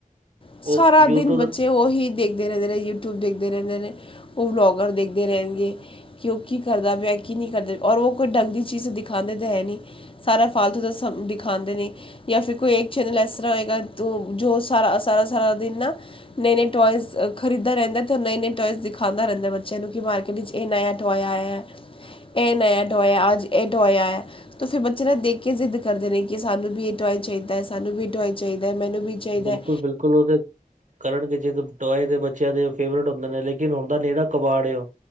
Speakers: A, on the left; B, on the right.
A: ਸਾਰਾ
B: ਉਹ ਯੂਟਿਊਬ
A: ਦਿਨ ਬੱਚੇ ਉਹੀ ਦੇਖ ਖਦੇ ਰੇਨਦੇ ਨੇ ਯੂਟਿਊਬ ਦੇਖਦੇ ਰੇਨਦੇ ਨੇ ਉਹ ਬਲੋਗਰ ਦੇਖਦੇ ਰਹਿਗੇ। ਕਿ ਉਹ ਕੀ ਕਰਦਾ ਪਿਆ ਕੀ ਨੀ ਕਰਦਾ ਔਰ ਉਹ ਕੋਈ ਡੰਗਦੀ ਚੀਜ਼ ਦਿਖਾਦੇ ਤਾਂ ਹੈ ਨੀ। ਸਾਰਾ ਫਾਲਤੂ ਦਾ ਸਭ ਦਿਖਾਂਦੇ ਨੇ। ਜਾਂ ਫਿਰ ਕੋਈ ਏਕ ਚੈਨਲ ਐ ਤਰ੍ਹਾਂ ਆਏਗਾ ਜੋ ਸਾਰਾ -ਸਾਰਾ ਸਾਰਾ ਦਿਨ ਨਾ। ਨਏ-ਨਏ ਟੋਇਜ਼ ਖਰੀਦ ਦਾ ਰੇਨਦਾ ਤੇ ਨਏ-ਨਏ ਟੋਇਜ਼ ਦਿਖਾਦਾ ਰੇਨਦਾ ਏ, ਬੱਚਿਆਂ ਨੂੰ ਕਿ ਮਾਰਕਿ ਵਿੱਚ ਇਹ ਨਯਾ ਟੌਏ ਆਯਾ ਏ, ਇਹ ਨਯਾ ਟੌਏ ਅੱਜ ਇਹ ਟੌਏ ਆਯਾ ਏ। ਤੇ ਫਿਰ ਬੱਚੇ ਨਾਲ ਦੇਖ ਕੇ ਜ਼ਿੱਦ ਕਰਦੇ ਨੇ, ਕਿ ਸਾਨੂੰ ਵੀ ਇਹ ਟੌਵਾਏ ਚਾਹੀਦਾ ਐ, ਸਾਨੂੰ ਵੀ ਇਹ ਟੌਵਾਆਈ ਚਾਹੀਦਾ ਐ ਮੈਨੂੰ ਵੀ। ਚਾਹੀਦਾ
B: ਬਿਲਕੁਲ-ਬਿਲਕੁਲ।
A: ਹੈ
B: ਲ ਉਹ ਦੇਗੇ, ਜ ਟਆਏ ਦੇ ਬੱਚਿਆਂ ਦੇ ਫੇਵਰੇਟ ਹੁੰਦੇ ਨੇ ਲੇਕਿਨ ਹੁੰਦਾ ਨੇੜਾ ਕਬਾੜ ਉਹ।